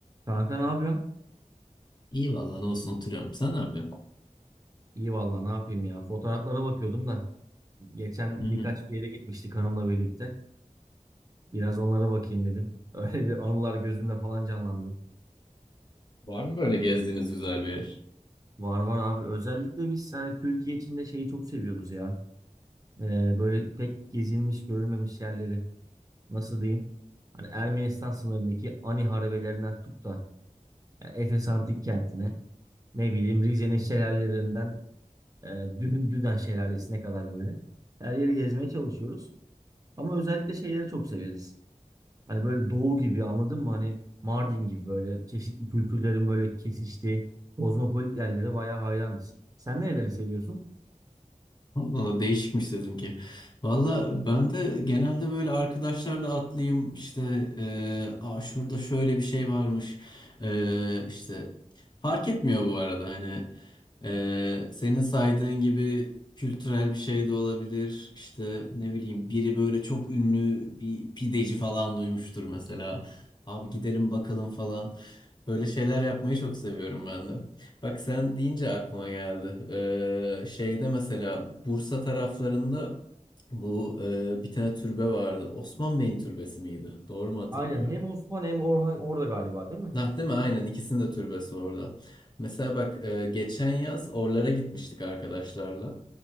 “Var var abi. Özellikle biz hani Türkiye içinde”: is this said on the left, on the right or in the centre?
Right